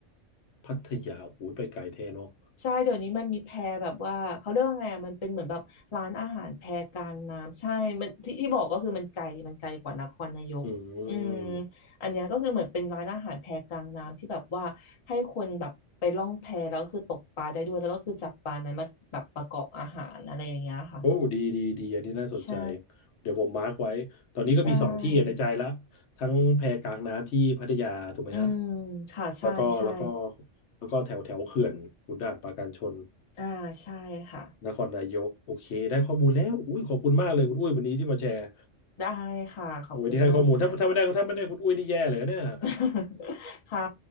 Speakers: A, on the left; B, on the left.
A: พัทยาโอ้โหูไปไกลแท้เนาะ
B: ใช่เดี๋ยวนี้มันมีแพแบบว่าเขาเรียกว่าไงอ่ะมันเป็นเหมือนแบบร้านอาหารแพกลางน้ำใช่มันที่ที่บอกก็คือมันไกลมันไกลกว่านครนายกอืม
A: อืม
B: อันเนี้ยก็คือเหมือนเป็นร้านอาหารแพกลางน้ำที่แบบว่าให้คนแบบไปล่องแพแล้วก็คือตกปลาได้ด้วยแล้วก็คือจับปลานั้นมาแบบประกอบอาหารอะไรอย่างเงี้ยค่ะ
A: โอ้ดีดีดีอันนี้น่าสนใจ
B: ใช่
A: เดี๋ยวผมมาร์กไว้ตอนนี้ก็มีสองที่ในใจละ
B: ได้
A: ทั้งแพกลางน้ำที่พัทยาถูกไหมฮะ
B: อืมค่ะใช่ใช่
A: แล้วก็แล้วก็แล้วก็แถวแถวเขื่อนขุนด่านปราการชน
B: อ่าใช่ค่ะ
A: นครนายกโอเคได้ข้อมูลแล้วอุ้ยขอบคุณมากเลยคุณอุ้ยวันนี้ที่มาแชร์
B: ได้ค่ะขอบคุณมากค่ะ
A: โอ้ยที่ให้ข้อมูลถ้าถ้าไม่ได้ถ้าไม่ได้คุณอุ้ยนี่แย่เลยนะเนี่ย
B: <laughs>
A: <laughs>
B: ค่ะ